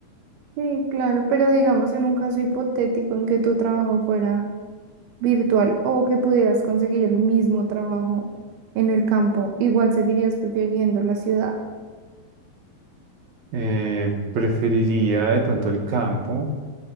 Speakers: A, on the right; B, on the right.
A: Sí, claro, pero digamos en un caso hipotético en que tu trabajo fuera virtual o que pudieras conseguir el mismo trabajo en el campo, ¿igual seguirías prefiriendo la ciudad?
B: Eh, preferiría de pronto el campo,